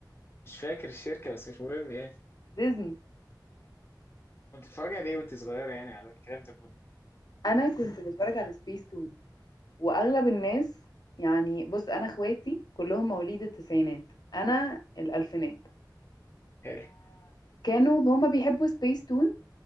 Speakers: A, on the left; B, on the left.
A: مش فاكر الشركة بس مش مهم يعني
B: ديزني
A: كنت بتتفرجي عليه وانت صغيرة يعني على الكلام ده كله
B: انا كنت بتفرج على سبيس تون واغلب الناس يعني بص انا اخواتي كلهم مواليد التسعينات انا الالفينات
A: حلو
B: كانوا هما بيحبوا سبيس تون